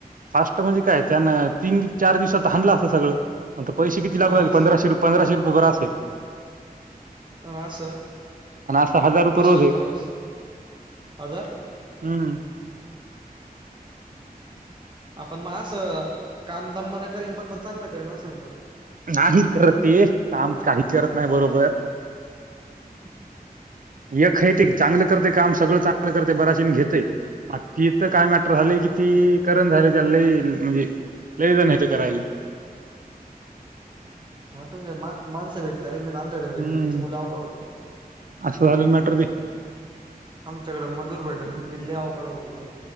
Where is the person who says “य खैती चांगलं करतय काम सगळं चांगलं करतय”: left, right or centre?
Right